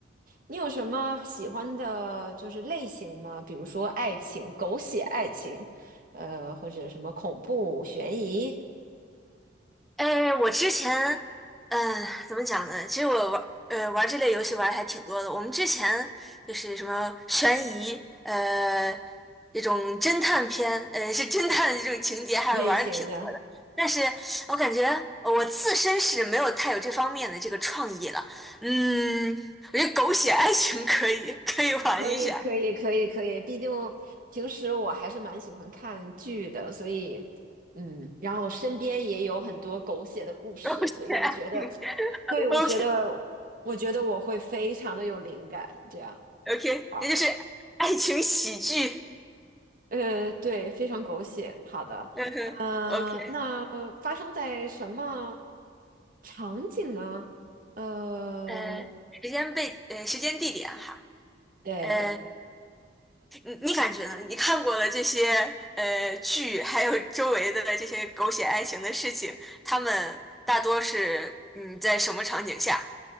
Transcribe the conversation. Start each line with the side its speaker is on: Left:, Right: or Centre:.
Right: 你有什么喜欢的，就是类型吗？比如说爱情、狗血爱情，呃，或者什么恐怖、悬疑
Centre: 哎，我之前，嗯、怎么讲呢？其实我玩，呃，玩这类游戏玩的还挺多的。我们之前就是什么悬疑，呃，这种侦探片，呃，是侦探的这种情节，还玩的挺多的。
Right: 类型的？
Centre: 但是我感觉呃我自身是没有太有这方面的这个创意了。嗯，我觉得狗血爱情可以，可以玩一下。
Right: 可以，可以，可以，可以。毕竟平时我还是蛮喜欢看剧的，所以，嗯，然后身边也有很多狗血的故事，
Centre: <laughs> 狗血爱情
Right: 所以我觉得，
Centre: <laughs>，OK。
Right: 对，我觉得，我觉得我会非常的有灵感。这样，
Centre: OK，
Right: 好，
Centre: 这就是爱情喜剧。
Right: 呃，对，非常狗血。好的，
Centre: 嗯哼，OK，
Right: 呃，那发生在什么场景呢？呃，
Centre: 呃，时间背，呃，时间地点哈，
Right: 对。
Centre: 呃，你你感觉呢？你看过的这些呃剧，还有周围的这些狗血爱情的事情，他们大多是嗯在什么场景下